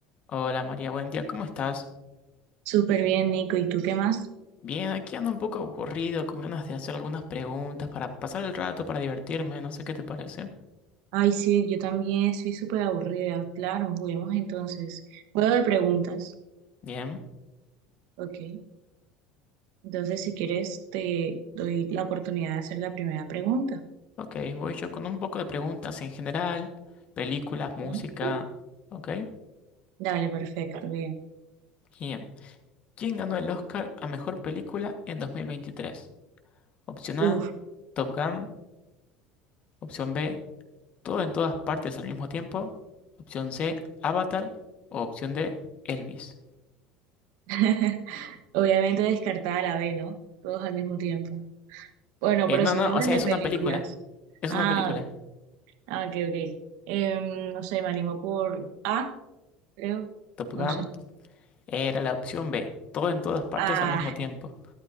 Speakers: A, on the left; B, on the right.
A: Hola María, buen día, ¿cómo estás?
B: Súper bien, Nico. ¿Y tú qué más?
A: Bien, aquí ando un poco aburrido, con ganas de hacer algunas preguntas para pasar el rato, para divertirme, no sé qué te parece.
B: Ay, sí, yo también estoy súper aburrida. Claro, juguemos entonces. Juego de preguntas.
A: Bien,
B: Ok. Entonces, si quieres, te doy la oportunidad de hacer la primera pregunta.
A: ok, voy yo con un poco de preguntas en general, películas, música,
B: Ujú.
A: ok.
B: Dale, perfecto, bien.
A: Bien, ¿quién ganó el Oscar a mejor película en 2023? Opción
B: Uf.
A: A, Top Gun. Opción B, Todo en todas partes al mismo tiempo. Opción C, Avatar. O opción D, Elvis.
B: <laughs> Obviamente descartada la B, ¿no? Todos al mismo tiempo. Bueno,
A: Eh,
B: pero
A: no,
B: son
A: no,
B: nombres
A: o sea,
B: de
A: es
B: películas.
A: una película, es
B: Ah,
A: una película.
B: ah, ok, ok. Em, no sé, me animo por A, creo.
A: Top
B: No
A: Gun.
B: sé.
A: Era la opción B, todo en todas partes
B: Ah,
A: al mismo tiempo.